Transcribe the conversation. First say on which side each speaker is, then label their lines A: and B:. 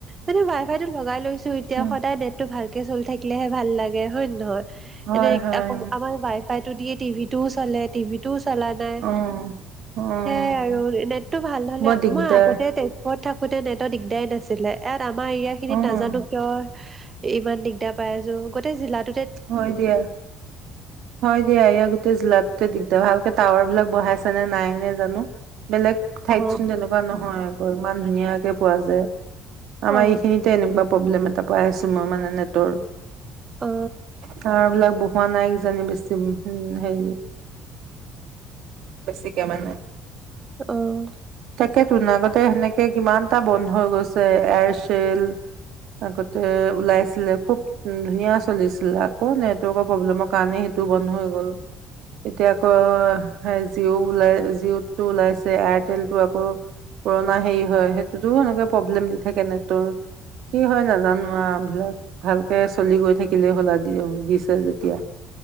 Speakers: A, on the right; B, on the right.
A: এ ৱাই ফাই লগাই লৈছো এতিয়া
B: উম
A: সদায় দেটটো ভাল চিল থাকিলেহে ভাল লাগে হয় নে নহয়
B: হয়
A: এনেই
B: হয়
A: আকৌ আমাৰ ৱাই ফাইতটো দিয়ে টিভি ও চলে টিভিতো চলা নাই
B: উম অ', অ',
A: সেইয়াই আৰু নেটটো ভাল
B: বৰ দিগদাৰ
A: মই আগতে ঘৰত থাকোতে নেটৰ দিগদাৰ নাছিলে এ আমাৰ এৰিয়া খিনিত
B: অ',
A: নাজানো কিয় ইমান দিগদাৰ পাই আছো গোটেই জিলাত
B: হয় দিয়া, হয় দিয়া ইয়া গোটেই জিলাটোটে দি তে ভালকে টাৱাৰ বিলাক বঢ়াইছে নে নাই নে জানো বেলেগ ঠাইত
A: অ
B: চোন তেনেকুৱা নহয় আৰু ইমান ধুনীয়াকে পোৱা যায়। আমাৰ
A: অ
B: এইখিনিতে এনেকুৱা প্ৰব্লেম এটা পাই আছোঁ মই মানে নেটৰ
A: অ
B: তাৱাৰ বিলাক বহোৱা নাই কিজানি বেছিম হেৰি, বেছিকে মানে,
A: অ অ
B: তাকে আগতে সেনেকে কিমানটা বন্ধ হৈ গৈছে এয়াৰচেল আগতে ওলাইছিলে খুব ধুনীয়া চলিছিলে আকৌ নেটৱৰ্কৰ প্ৰব্লেমৰ কাৰণে সেইটো বন্ধ হৈ গ'ল এতিয়া আকৌ জিঅ' ওলাই জিঅ'টো ওলাইছে এয়াৰটেল টো আকৌ পুৰণা হেৰি হয় সেইটোতো সেনেকে প্ৰব্লেম দি থাকে নেটৱৰ্ কি হয় নাজানোবিলাক ভালকে চলি গৈ থাক কিলে হ'ল দি দিছে যেতিয়া